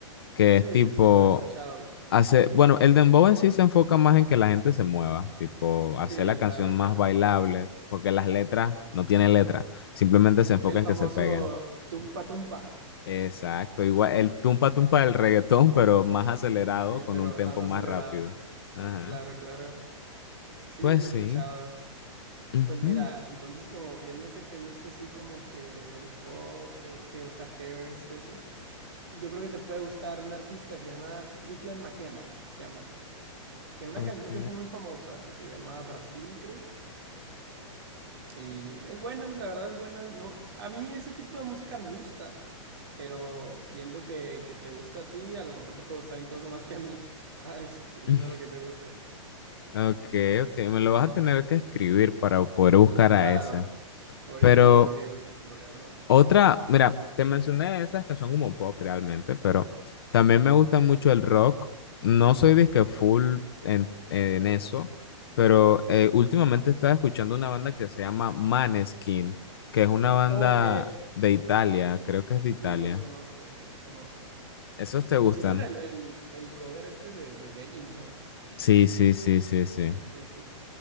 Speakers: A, on the left; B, on the right.
A: que
B: sí,
A: es tipo,
B: sí, sí, lo he escuchado.
A: hace, bueno, el dembow en sí se enfoca más en que la gente se mueva, tipo, hacer
B: Sí,
A: la canción
B: claro,
A: más
B: claro.
A: bailable, porque las letras no tienen letra, simplemente se enfoca
B: El
A: en
B: famoso
A: que se peguen.
B: tumpa tumpa.
A: Exacto, igual el tumpa tumpa del reggaetón, pero más acelerado,
B: Sí,
A: con
B: pero
A: un tempo
B: más acelerado.
A: más rápido. Ajá.
B: Claro, claro. Sí,
A: Pues
B: lo he escuchado.
A: sí. Ujú.
B: Pues mira, entonces como viendo que te gusta así como que el pop, eh, te gusta Hairs, eso, yo creo que te puede gustar un artista, se llama Declan McKenna, se llama. Tiene una
A: Ok.
B: canción que fue muy famosa, se llama Brasil, creo. Y es buena, la verdad es buena. No, a mí ese tipo de música me gusta, Pero viendo que, que te gusta a ti, a lo mejor te puede gustar incluso más que a mí, ¿sabes? <laughs> Viendo
A: <laughs>
B: lo que te gusta.
A: Ok, ok, me lo vas a tener que escribir para poder buscar a
B: Claro,
A: esa.
B: ahorita
A: Pero
B: te lo escribo sin problema.
A: Otra, mira, te mencioné esas que son como pop realmente, pero también me gusta mucho el rock. No soy disque full en, en eso, pero eh, últimamente estaba escuchando una banda que se llama Maneskin, que es una banda
B: Ok,
A: de Italia, creo que es de Italia.
B: sí, los conozco, los conozco.
A: ¿Esos te gustan?
B: Hicieron el, el, el cover este de, de Begging, ¿no?
A: Sí, sí, sí, sí, sí.
B: Sí, sí, sí.